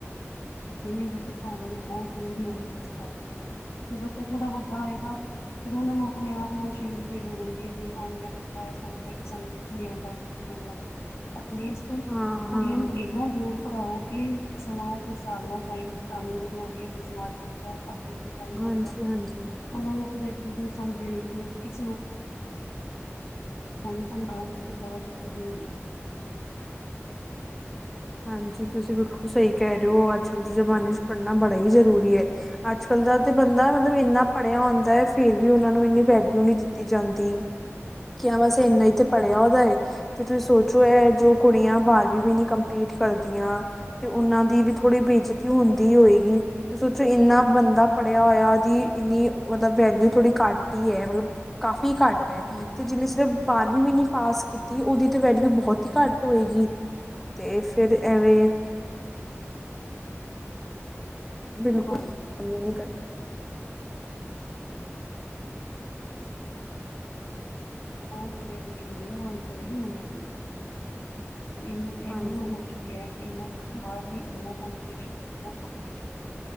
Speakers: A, on the left; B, in the centre.
A: ਨਹੀਂ ਬੱਚਾਣਾ ਬਹੁਤ ਜਰੂਰੀ ਹੋ ਗਿਆ ਅੱਜ ਦੇ ਟਾਈਮ 'ਚ ਤੇ ਬੱਚਾ ਥੋੜਾ ਵੱਡਾ ਹੋ ਜਾਏਗਾ, ਫਿਰ ਉਹਨਾਂ ਨੂੰ ਆਪਣੇ ਆਪ ਨੂੰ ਸ਼ੇਮ ਫ਼ੀਲ ਹੋ ਜਾਂਦੀ ਹੈ, ਕਿ ਹਾਂ ਮੇਰਾ ਬੱਚਾ ਇਹ ਸਮਝਦਾ ਕਿ ਸਾਨੂੰ ਕੁਛ ਨੀ ਆਉਂਦਾ, ਕੁਛ ਨੀ ਆਉਂਦਾ। ਪੁਲਿਸ ਤੋਂ
B: ਹਾਂ-ਹਾਂ,
A: ਕੁੜੀਆਂ ਨੂੰ ਇਨ੍ਹਾਂ ਦੂਰ ਪੜ੍ਹਾਓ ਕੀ ਸਮਾਂ ਸਮਾਜ ਨਾਲ਼ ਟਾਈਮ ਹਿਸਾਬ ਨਾਲ਼ ਅੱਗੇ ਅੱਗੇ ਸਮਾਜ ਬਹੁੱਤ ਅੱਗੇ ਤੇ ਟਾਈਮ ਬਹੁੱਤ
B: ਹਾਂਜੀ-ਹਾਂਜੀ। ਹਾਂਜੀ, ਹਾਂਜੀ
A: ਵੀ ਉਹਨਾਂ ਨੂੰ ਕਿਵੇ ਜੀ ਉਹ ਸੰਗ ਗਏ ਕੀ ਕਿਸੇ ਹੋਰ ਉਹਨੂੰ ਸਮਝਾਉਣ ਵਿੱਚ ਫਿਰ ਜ਼ਿਆਵਾ ਦਿੱਕਤ ਹੋਈਆਂ ਹੋਣੀਆਂ।
B: ਹਾਂਜੀ ਤੁਸੀਂ ਬਿਲਕੁਲ ਸਹੀ ਕਹਿ ਰਹੇ ਹੋ, ਅੱਜ ਕੱਲ੍ਹ ਦੇ ਜ਼ਮਾਨੇ ਚ ਪੜ੍ਹਨਾ ਬੜਾ ਹੀ ਜ਼ਰੂਰੀ ਹੈ, ਅੱਜ ਕੱਲ੍ਹ ਦਾ ਤਾਂ ਬੰਦਾ ਮਤਲਬ ਇੰਨਾ ਪੜ੍ਹਿਆ ਹੁੰਦਾ ਹੈ, ਫ਼ੇਰ ਵੀ ਉਹਨਾਂ ਨੂੰ ਇੰਨੀ ਵੈਲਿਊ ਨਹੀਂ ਦਿੱਤੀ ਜਾਂਦੀ। ਕਿ ਆ ਬਸ ਇੰਨਾ
A: ਹਮ ਹਮ
B: ਹੀ ਤੇ
A: ਹਮ
B: ਪੜ੍ਹਿਆ ਉਹਦਾ ਏ ਤੇ ਤੁਸੀਂ ਸੋਚੋ ਇਹ ਜੋ ਕੁੜੀਆਂ ਬਾਹਰਵੀ ਵੀ ਨੀ ਕੰਮ ਪੀਠ ਕਰਦੀਆਂ ਤੇ ਉਹਨਾਂ ਦੀ ਵੀ ਥੋੜ੍ਹੀ ਬੇਇਜ਼ਤੀ ਹੁੰਦ ਦੀ ਹੋਵੇਗੀ। ਤੇ ਸੋਚੋ ਇੰਨਾ
A: ਹਮ
B: ਬੰਦਾ ਪੜ੍ਹਿਆ ਹੋਇਆ ਜੀ। ਇੰਨੀ ਮਤਲਬ ਵੈਲਿਊ ਥੋੜੀ ਘੱਟ ਹੀ ਈ ਹੈ ਮਤਲਬ। ਕਾਫ਼ੀ ਘੱਟ ਹੈ
A: ਹਾਂਜੀ
B: ਤੇ ਜਿਹਨੇ ਸਿਰਫ ਬਾਰਵੀਂ ਵੀ ਨੀ ਪਾਸ ਕੀਤ ਉਹਦੀ ਤਾਂ ਵੈਲਿਊ ਬਹੁਤ ਹੀ ਘੱਟ ਹੋਏਗੀ। ਤੇ ਫਿਰ
A: ਹਾਂਜੀ।
B: ਐਵੇਂ ਬਿਲਕੁਲ
A: <unintelligible> ਬਿਲਕੁੱਲ ਅੱਜ ਕੱਲ੍ਹ ਦਾ
B: ਨੀ
A: ਸਮਾਂ
B: ਕਰ
A: ਉਹ ਪੜਿਆ ਵੇਖਿਆ ਉਹਨੂੰ ਅਨਪੜ੍ਹ ਹੀ ਮੰਨਿਆ ਜਾਂਦਾ। ਇਹਨੂੰ ਇਹਨੂੰ
B: ਹਾਂਜੀ
A: ਹੋ ਚੁੱਕਿਆ। ਇਨ੍ਹਾਂ ਕੰਮ ਕਾਰ ਜੀ ਇਨ੍ਹਾਂ ਕਪਟੀਸ਼ਸ਼ਨ ਹੈ, ਇਨ੍ਹਾਂ ਕਪਟੀਸ਼ਨ ਹੈ।